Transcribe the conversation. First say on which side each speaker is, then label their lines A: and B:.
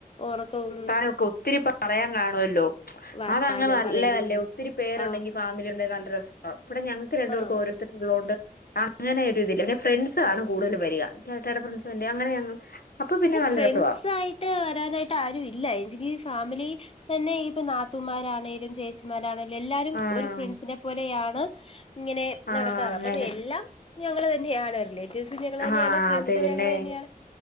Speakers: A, on the left; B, on the left.
A: ഒറക്കവും
B: അതൊക്കെ ഒത്തിരി പറയാൻ കാണുവല്ലോ
A: വർത്താനം
B: അഹ് അങ്ങനല്ലതല്ലേ
A: പറയും
B: ഒത്തിരി പേരുണ്ടെങ്കിൽ
A: ആഹ്
B: ഫാമിലി ഉണ്ടെങ്കിൽ നല്ല രസ ഇപ്ടെ ഞങ്ങക്ക് രണ്ടുപർക്കും
A: ആഹ്
B: ഓരോത്തർ ണ്ട് അങ്ങനൊര് ഇതല പിന്നെ ഫ്രണ്ട്സ് ആണ് കൂടുതൽ വരിക ചേട്ടേയുടെ ഫ്രണ്ട്സ് വ അങ്ങനെ ഞങ്ങൾ അപ്പൊ പിന്നെ
A: ഇമ്മടെ
B: നല്ല
A: ഫ്രണ്ട്സയി
B: രസവാ
A: ട്ട് വരാനായിട്ട് ആരും ഇല്ല എങ്കിലി ഈ ഫാമിലി തന്നെ ഇനിയിപ്പം നാത്തുൻമാരാണെലും ചേ ച്ചിമാരാണെ എല്ലാരും
B: ആഹ്
A: ഒരു ഫ്രണ്ട്സിനെ പോലെയാണ് ഇങ്ങനെ
B: ആഹ്
A: നടക്കാറ്
B: അങ്ങനെ
A: അപ്പൊ എല്ലാം ഞങ്ങള് തന്നെയാണ് റിലേറ്റീവ്സും ഞങ്ങൾ
B: ആഹ്
A: തന്നെയാണ് ഫ്രണ്ട്സും
B: അതന്നെ
A: ഞങ്ങൾ തന്നെയാണ്